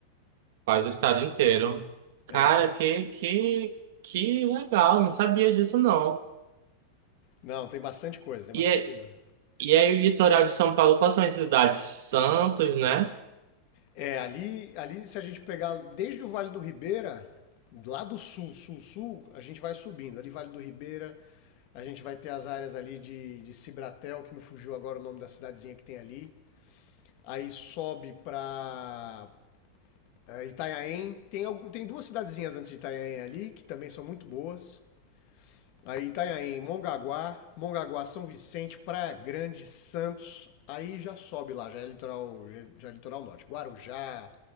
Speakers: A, on the right; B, on the left.
A: Quase o estado inteiro. Cara,
B: É.
A: que, que, que legal. Não sabia disso, não.
B: Não, tem bastante coisa, tem
A: E,
B: bastante
A: é-
B: coisa.
A: E aí, o litoral de São Paulo, quais são as cidades? Santos, né?
B: É, ali, ali se a gente pegar desde o Vale do Ribeira, lá do sul, sul, sul, a gente vai subindo. Ali Vale do Ribeira, a gente vai ter as áreas ali de, de Cibratel, que me fugiu agora o nome da cidadezinha que tem ali. Aí sobe para É, Itanhaém, tem, algum, tem duas cidadezinhas antes de Itanhaém ali, que também são muito boas. Aí Itanhaém, Mongaguá, Mongaguá, São Vicente, Praia Grande, Santos. Aí já sobe lá, já é litoral, já é litoral norte. Guarujá,